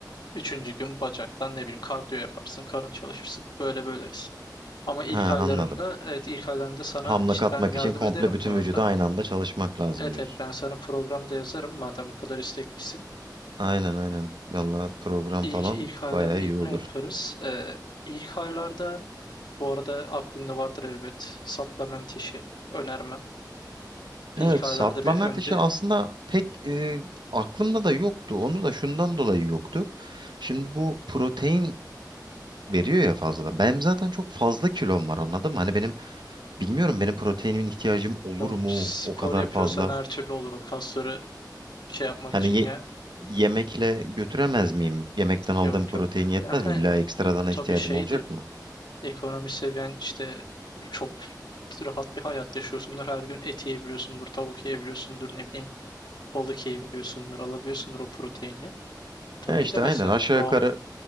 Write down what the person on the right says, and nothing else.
Ha
anladım.
Hamlık
atmak
için komple
bütün
vücudu aynı anda çalışmak lazım
diyorsun.
Aynen aynen. Valla program
falan
bayağı
iyi olur.
Evet,
supplement
işi aslında pek e, aklımda da yoktu. Onu da şundan dolayı yoktu. Şimdi bu protein veriyor ya fazladan. Benim zaten çok fazla kilom var anladın mı? Hani benim bilmiyorum benim proteinimin ihtiyacım olur
mu
o kadar
fazla?
Hani
ye-
yemekle götüremez miyim? Yemekten aldığım
protein
yetmez
mi? İlla ekstradan
ihtiyacım
olacak mı?
Ya işte
aynen aşağı
yukarı